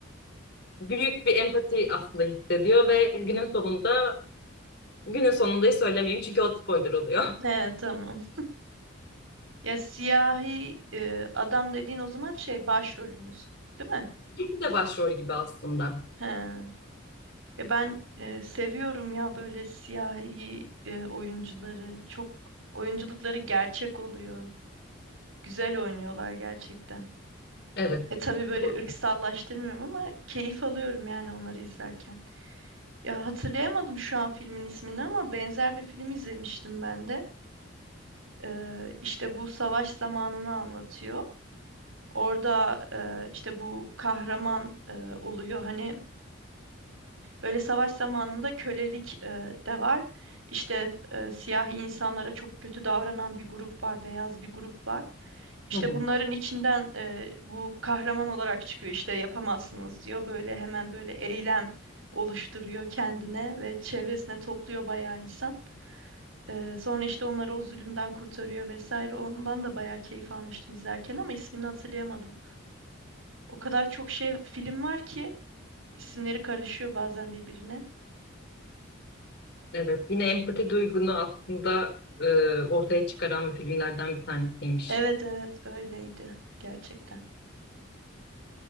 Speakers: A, on the left (about 55°); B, on the right (about 85°).
A: büyük bir empati aslında hissediyor ve günün sonunda günün sonundayı söylemeyeyim çünkü o spoiler oluyor.
B: He, tamam. Ya siyahi e, adam dediğin o zaman şey başrolümüz, değil mi?
A: <laughs> İkisi de başrol gibi aslında.
B: He. Ya ben e, seviyorum ya böyle siyahi e, oyuncuları. Çok oyunculukları gerçek oluyor. Güzel oynuyorlar gerçekten.
A: Evet.
B: E tabii böyle
A: Doğru.
B: ırksallaştırmıyorum ama keyif alıyorum yani onları izlerken. Ya hatırlayamadım şu an filmin ismini ama benzer bir film izlemiştim ben de. Ee, işte bu savaş zamanını anlatıyor. Orada e, işte bu kahraman e, oluyor. Hani Böyle savaş zamanında kölelik e, de var. İşte e, siyahi insanlara çok kötü davranan bir grup var, beyaz bir grup var. İşte
A: Hı hı.
B: bunların içinden e, bu kahraman olarak çıkıyor. İşte yapamazsınız diyor. Böyle hemen böyle eylem oluşturuyor kendine ve çevresine topluyor bayağı insan. E, sonra işte onları o zulümden kurtarıyor vesaire. Ondan da bayağı keyif almıştım izlerken ama ismini hatırlayamadım. O kadar çok şey film var ki isimleri karışıyor bazen birbirine.
A: Evet. Yine empati duygunu aslında e, ortaya çıkaran bir filmlerden bir tanesiymiş.
B: Evet evet öyleydi gerçekten.